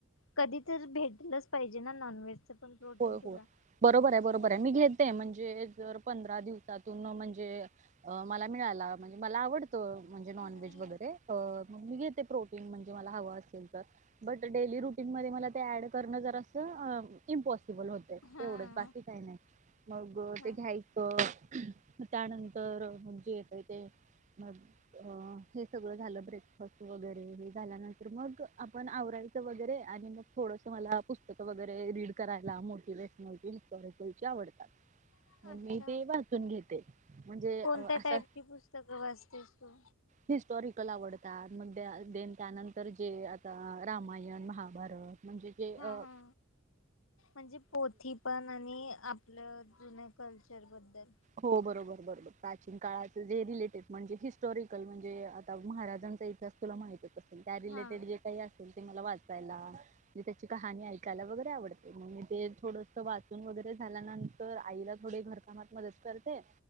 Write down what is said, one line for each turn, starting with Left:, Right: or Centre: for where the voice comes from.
Left: कधी तर भेटलंच पाहिजे ना नॉनव्हेजच पण प्रोटीन
Right: होय -
Left: तुला
Right: होय बरोबर आहे बरोबर आहे मी घेत ते म्हणजे जर पंधरा दिवसातून म्हणजे, मला मिळाला म्हणजे मला आवड अ म्हणजे नॉन
Left: हम्म
Right: व्हेज वगैरे मग मी घेते. ते प्रोटीन म्हणजे मला हवं असेल तर. बट डेली रुटीन मध्ये मला ते ऍड करणं जरास अ इम्पॉसिबल पॉसिबल होतेय
Left: हम्म
Right: तेवढंच. बाकी काही नाही मग
Left: हा
Right: ते घ्यायचं, त्यानंतर जे येतय ते म हे सगळं झालं ब्रेकफास्ट वगैरे हे झाल्यानंतर मग आपण आवरायचं वगैरे आणि मग थोडस मला पुस्तकं वगैरे रीड कराय ला मोटिवेशनल <unintelligible> आवडतात.
Left: हा
Right: मी
Left: अच्छा
Right: ते वाचून घेते. म्हणजे
Left: कोणत्या
Right: असा
Left: टाईपची पुस्तकं वाचतेस तू
Right: हिस्टॉरिकल आवडत. <unintelligible> देन त्यानंतर जे आता रामायण, महा बरं म्हणजे जे अ
Left: हा हा म्हणजे पोथी पण आणि आपलं जुन कल्चरबद्दल.
Right: हो बरोबर - बरोबर प्राचीन काळाच जे रिलेटेड म्हणजे हिस्टॉरिकल म्हणजे आता महाराजांचा इतिहास तुला माहितच असेल. त्या रिलेटेड
Left: हा
Right: जे काही आहे, मला वाचायला म्हणजे त्याची कहाणी ऐकायला वगैरे आवडते. म्हणजे ते थोडस वाचून वगैरे झाल्यानंतर आईला थोडे घरकामात मदत करते.